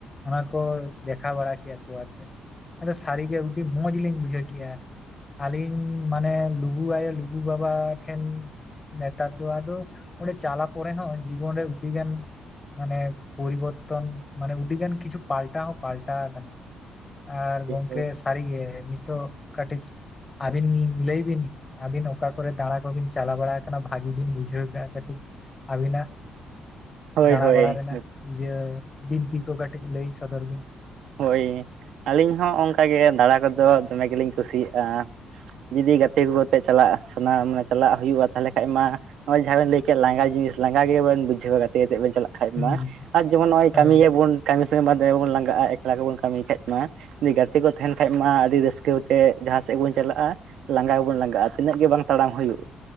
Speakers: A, on the left; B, on the right.
A: ᱚᱱᱟ ᱠᱚ ᱫᱮᱠᱷᱟᱣ ᱵᱟᱲᱟ ᱠᱮᱫ ᱳ ᱟᱪᱪᱷᱟ ᱟᱫᱚ ᱥᱟᱹᱨᱤᱜᱮ ᱩᱰᱤ ᱢᱚᱡᱽ ᱞᱤᱧ ᱵᱩᱡᱷᱟᱹᱣ ᱠᱮᱫᱼᱟ᱾ ᱟᱹᱞᱤᱧ ᱢᱟᱱᱮ ᱞᱩᱜᱩ ᱟᱭᱳ ᱞᱩᱜᱩ ᱵᱟᱵᱟ ᱴᱷᱮᱱ ᱱᱮᱛᱟᱨ ᱫᱚ ᱟᱫᱚ ᱚᱸᱰᱮ ᱪᱟᱞᱟ ᱯᱚᱨᱮ ᱦᱚᱸ ᱡᱤᱵᱚᱱ ᱨᱮ ᱩᱰᱤ ᱜᱟᱱ ᱢᱟᱱᱮ ᱯᱚᱨᱤᱵᱚᱨᱛᱚᱱ ᱢᱟᱱᱮ ᱚᱹᱰᱤᱜᱟᱱ ᱠᱤᱪᱷᱩ ᱯᱟᱞᱴᱟ ᱦᱚᱸ ᱯᱟᱞᱴᱟ ᱟᱠᱟᱱᱟ ᱟᱨ ᱜᱚᱝᱠᱮ
B: ᱦᱳᱭ
A: ᱥᱟᱹᱨᱤ ᱜᱮ ᱱᱤᱛᱚᱜ ᱠᱟᱹᱴᱤᱡ ᱟᱹᱵᱤᱱ ᱞᱟᱹᱭ ᱵᱤᱱ ᱟᱹᱵᱤᱱ ᱚᱠᱟ ᱠᱚᱨᱮ ᱫᱟᱬᱟ ᱠᱚᱵᱤᱱ ᱪᱟᱞᱟᱣ ᱵᱟᱲᱟ ᱟᱠᱟᱱᱟ ᱵᱷᱟᱜᱤ ᱵᱤᱱ ᱵᱩᱡᱷᱟᱹᱣ ᱠᱟ ᱼᱟ ᱠᱟᱹᱴᱤᱡ ᱟᱹᱵᱤᱱᱟᱜ
B: ᱦᱳᱭ
A: ᱫᱟᱬᱟ
B: ᱦᱳᱭ
A: ᱵᱟᱲᱟ ᱨᱮᱱᱟᱜ ᱤᱭᱟᱹ ᱵᱤᱱᱛᱤ ᱠᱚ ᱠᱟᱹᱴᱤᱡ ᱞᱟᱹᱭ ᱥᱚᱫᱚᱨ ᱵᱤᱱ
B: ᱦᱳᱭ ᱟᱹᱞᱤᱧ ᱦᱚᱸ ᱚᱱᱠᱟ ᱜᱮ ᱫᱟᱬᱟ ᱠᱚᱫᱚ ᱫᱚᱢᱮ ᱜᱮ ᱞᱤᱧ ᱠᱩᱥᱤ ᱭᱟᱜᱼᱟ ᱡᱩᱫᱤ ᱜᱟᱛᱮ ᱠᱚᱛᱮᱮᱫ ᱪᱟᱞᱟᱜ ᱥᱟᱱᱟ ᱢᱟ ᱪᱟᱞᱟᱜ ᱦᱩᱭᱩᱜᱼᱟ ᱛᱟᱦᱚᱞᱮ ᱠᱷᱟᱱᱡ ᱢᱟ ᱱᱚᱜᱼᱚᱭ ᱡᱟᱦᱟᱸ ᱵᱮᱱ ᱞᱟᱹᱭ ᱠᱮᱫ ᱞᱟᱸᱜᱟ ᱡᱤᱱᱤᱥ ᱞᱟᱜᱟ ᱜᱮ ᱵᱟᱵᱮᱱ ᱵᱩᱡᱷᱟᱹᱣ ᱜᱟ ᱛᱮᱛᱮ ᱵᱮᱱ ᱪᱟᱞᱟᱜ ᱠᱷᱟᱱᱡ
A: ᱦᱩᱸ
B: ᱢᱟ ᱟᱨ ᱡᱮᱢᱚᱱ ᱱᱚᱜᱚᱭ
A: ᱦᱳᱭ
B: ᱠᱟᱹᱢᱤ ᱜᱮᱞᱵᱚᱱ ᱠᱟᱹᱢᱤ ᱥᱮ ᱵᱟᱫᱮ ᱵᱚᱱ ᱞᱟᱜᱟᱜᱼᱟ ᱮᱠ ᱞᱟ ᱜᱮᱵᱚᱱ ᱠᱟᱹᱢᱤ ᱠᱷᱟᱡ ᱢᱟ ᱡᱮ ᱜᱟᱛᱮ ᱠᱚ ᱛᱟᱦᱮᱱ ᱠᱷᱟᱡ ᱢᱟ ᱟᱹᱰᱤ ᱨᱟᱹᱥᱠᱟᱹ ᱛᱮ ᱡᱟᱦᱟᱸ ᱥᱮᱫ ᱵᱚᱱ ᱪᱟᱞᱟᱜᱼᱟ ᱞᱟᱸᱜᱟ ᱜᱮᱵᱚᱱ ᱞᱟᱸᱜᱟᱼᱟ ᱛᱤᱱᱟᱹᱜ ᱜᱮ ᱵᱟᱝ ᱛᱟᱲᱟᱢ ᱦᱩᱭᱩᱜ